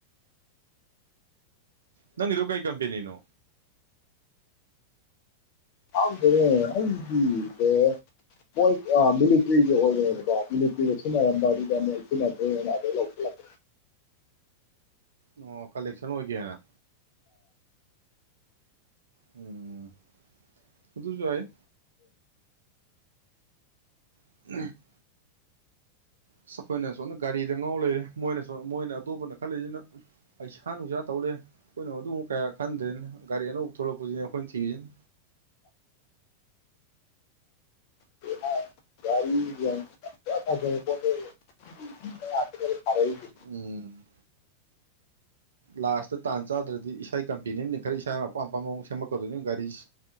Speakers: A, on the right; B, on the left.
A: ꯅꯪꯒꯤꯗꯣ ꯀꯩ ꯀꯝꯄꯦꯅꯤꯅꯣ
B: ꯈꯪꯗꯦꯅꯦ ꯑꯩꯒꯤꯖꯦ ꯃꫭꯏ ꯃꯤꯂꯤꯇ꯭ꯔꯤꯒꯤ ꯑꯣꯏꯔꯦꯕꯀꯣ ꯃꯤꯂꯤꯇ꯭ꯔꯤꯒ ꯁꯤꯖꯤꯟꯅꯔꯝꯕ ꯑꯗꯨꯗ ꯃꯣꯏ ꯁꯤꯖꯤꯟꯅꯗ꯭ꯔꯦꯅ ꯑꯗꯨ ꯂꯧꯁꯤꯠꯂꯛꯄ
A: ꯑꯣ ꯀꯂꯦꯛꯁꯟ ꯑꯣꯏꯒꯦꯅ ꯎꯝ ꯑꯗꯨꯖꯨ ꯌꯥꯏ <unintelligible> ꯑꯁ ꯑꯩꯈꯣꯏꯅ ꯁꯣꯝꯗ ꯒꯥꯔꯤꯗ ꯉꯥꯎ ꯂꯩꯔꯦ ꯃꯣꯏꯅ ꯁꯝ ꯃꯣꯏꯅ ꯑꯇꯣꯞꯄꯅ ꯈꯜꯂꯤꯖꯤꯅ ꯄꯩꯁꯥ ꯅꯨꯡꯁꯥ ꯇꯧꯂꯦ ꯑꯩꯈꯣꯏꯅ ꯑꯗꯨꯛ ꯀꯌꯥ ꯈꯟꯗ꯭ꯔꯦꯅ ꯒꯥꯔꯤ ꯑꯅꯧꯕ ꯊꯣꯛꯂꯛꯄꯖꯤꯅꯦ ꯑꯩꯈꯣꯏꯅ ꯊꯤꯔꯤꯖꯤꯅ
B: <unintelligible> <unintelligible>
A: ꯎꯝ ꯂꯥꯁꯇ ꯇꯥꯟ ꯆꯥꯗ꯭ꯔꯗꯤ ꯏꯁꯩ ꯀꯝꯄꯦꯅꯤ ꯑꯃ ꯂꯤꯡꯈꯠꯂꯒ ꯏꯁꯥ ꯃꯄꯥꯝ ꯃꯄꯥ ꯃꯑꫭꯡ ꯁꯦꯝꯃꯛꯀꯗꯣꯏꯅꯤ ꯒꯥꯔꯤꯁꯤ